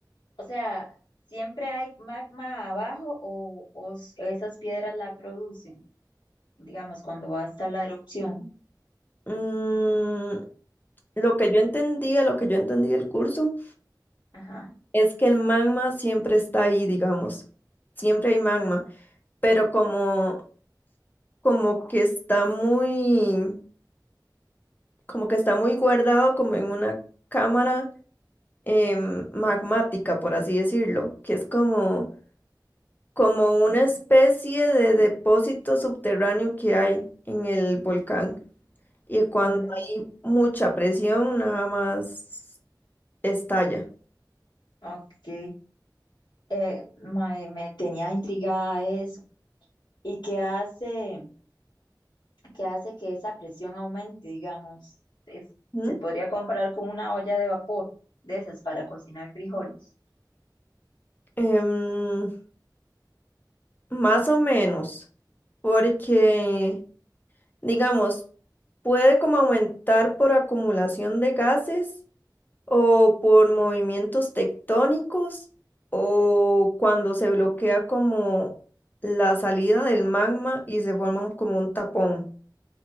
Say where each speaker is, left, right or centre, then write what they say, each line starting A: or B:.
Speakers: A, on the left; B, on the left.
A: O sea, ¿siempre hay magma abajo o, o s- esas piedras la producen? Digamos, cuando va a estar la erupción.
B: Mm, lo que yo entendía, lo que yo entendí del curso,
A: Ajá.
B: es que el magma siempre está ahí, digamos. Siempre hay magma, pero como, como que está muy, como que está muy guardado como en una cámara em, magmática, por así decirlo, que es como, como una especie de depósito subterráneo que hay en el volcán. Y cuando
A: mm,
B: hay mucha presión, nada más estalla.
A: ok. Eh, mae, me tenía intrigada eso. ¿Y qué hace, qué hace que esa presión aumente, digamos? Es-
B: ¿Mm?
A: se podría comparar con una olla de vapor de esas para cocinar frijoles.
B: Em, más o menos, porque, digamos, puede como aumentar por acumulación de gases o por movimientos tectónicos o cuando se bloquea como la salida del magma y se forma como un tapón.